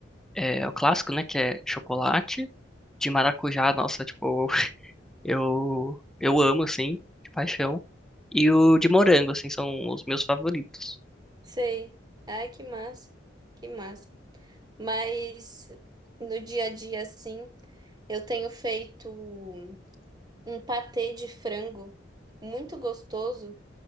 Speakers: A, in the centre; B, on the right.
A: é, o clássico, né, que é chocolate, de maracujá. Nossa, tipo, <laughs> eu, eu amo, assim, de paixão. E o de morango, assim, são os meus favoritos.
B: Sei. Ai, que massa, que massa. Mas no dia a dia, assim, eu tenho feito um patê de frango muito gostoso